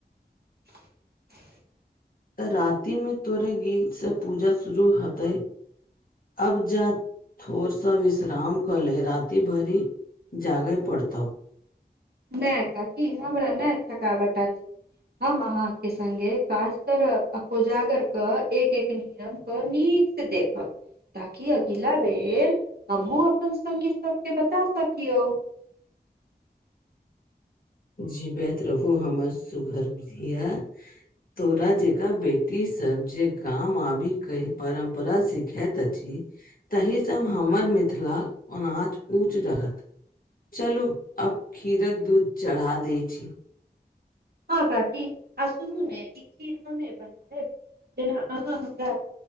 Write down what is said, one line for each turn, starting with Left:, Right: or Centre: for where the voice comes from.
Right: <inaudible>
Left: तऽ राति में तोरे गीत सं पूजा शुरू हेतै, अब जा थोड़ स विश्राम क ले, राति भरि जागै पड़तौ।
Right: नै काकी, हमरा नहि थकावट अछि। हम अहाँ के संगे काज करब आ कोजागर क एक-एक नियम क नीक से देखब। ताकि अगिला बेर हमहुँ अपन संगी सबके बता सकियौ।
Left: जीबैत रहू हमर सुघरधिया। तोरा जेकाँ बेटी सब जे गाम आबिके परम्परा सिखैत अछि। तहि सँ हमर मिथिलाक ओनाच ऊँच रहत। चलू आब खीरक दूध चढ़ा दै छी।
Right: हँ काकी, आ सुनू ने ई खीर हमें बनतै जेना अहाँ हमरा